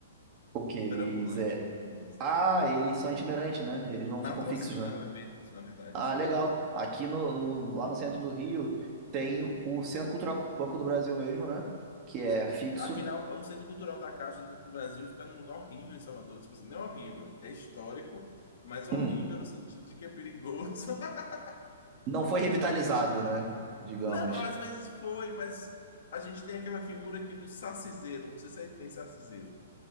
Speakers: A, on the right; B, on the left.
A: o que eles
B: perambulante,
A: é.
B: como diz assim,
A: Ah,
B: né?
A: eles são itinerantes, né? Eles não
B: Patrocinam
A: ficam fixos, né?
B: eventos, na verdade,
A: Ah,
B: sim.
A: legal. Aqui no, no- lá no centro do Rio tem o Centro Cultural Banco do Brasil mesmo, né? Que é fixo.
B: Afinal, o Centro Cultural da Caixa do Banco do Brasil fica num lugar horrível em Salvador. Tipo assim, não é horrível, é histórico, mas horrível
A: Hum,
B: no sentido de que é perigoso. <laughs>
A: não foi revitalizado, né? Digamos.
B: Não, às vezes foi, mas a gente tem aquela figura aqui do saciseiro. Não sei se aí tem saciseiro.